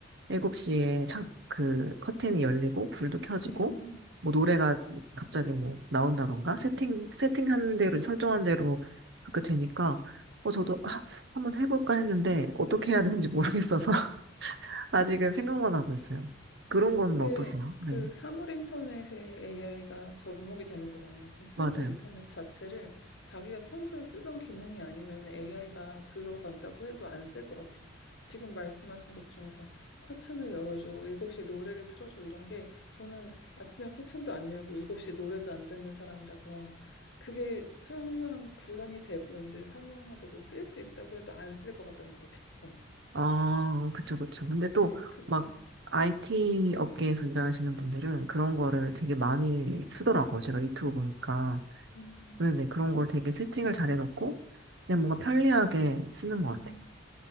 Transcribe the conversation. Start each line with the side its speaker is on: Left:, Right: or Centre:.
Right: 7시에 창, 그 커튼이 열리고 불도 켜지고
Left: 음.
Right: 뭐 노래가 갑자기 뭐 나온다던가 세팅 세팅한 대로 설정한 대로 그렇게 되니까 어 저도 아, 한번 해볼까 했는데 어떻게 해야 되는지 모르겠어서 <laughs> 아직은 생각만 하고 있어요. 그런 거는
Left: 근데
Right: 어떠세요?
Left: 그
Right: 네,
Left: 사물 인터넷에 AI가 접목이 되는 거잖아요. 근데 사물
Right: 맞아요.
Left: 인터넷 자체를 자기가 평소에 쓰던 기능이 아니면 AI가 들어간다고 해도 안 쓸 것 같아요. 지금 말씀하신 것 중에서 커튼을 열어줘, 7시에 노래를 틀어줘 이런 게 저는 아침에 커튼도 안 열고 7시에 노래도 안 듣는 사람이라서 그게 설명 구현이 되고 이제 상용화되고 쓸 수 있다고 해도 안 쓸 것 같단 말이죠, 저는.
Right: 아, 그쵸, 그쵸. 근데 또
Left: 예, 그,
Right: 막
Left: 어.
Right: IT 업계에서 일하시는 분들은 그런 거를 되게 많이 쓰더라고요. 제가 유튜브 보니까.
Left: 음,
Right: 네네, 그런 걸 되게 세팅을 잘 해놓고, 그냥 뭔가 편리하게 쓰는 것
Left: 음.
Right: 같아요.